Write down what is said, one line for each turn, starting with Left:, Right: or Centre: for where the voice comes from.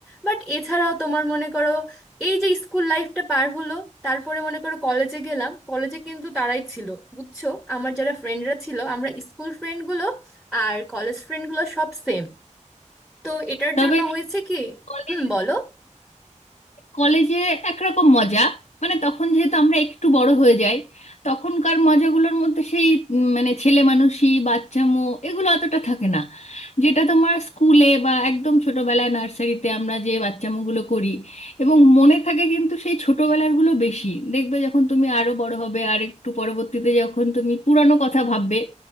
Centre: বাট এছাড়াও তোমার মনে করো এই যে স্কুল লাইফটা পার হলো তারপরে মনে করো কলেজে গেলাম কলেজে কিন্তু তারাই ছিল বুঝছো আমার যারা ফ্রেন্ডরা ছিল আমরা স্কুল ফ্রেন্ডগুলো আর কলেজ ফ্রেন্ডগুলো সব সেম তো এটার
Left: তবে
Centre: জন্য হয়েছে কি
Left: কলেজ
Centre: হুম বলো
Left: কলেজে একরকম মজা মানে তখন যেহেতু আমরা একটু বড় হয়ে যাই তখনকার মজাগুলোর মধ্যে সেই উম, মানে ছেলে মানুষি বাচ্চামো এগুলো অতটা থাকে না যেটা তোমার স্কুলে বা একদম ছোটবেলায় নার্সারিতে আমরা যে বাচ্চামোগুলো করি এবং মনে থাকে কিন্তু সেই ছোটবেলারগুলো বেশি দেখবে যখন তুমি আরো বড় হবে আর একটু পরবর্তীতে যখন তুমি পুরানো কথা ভাববে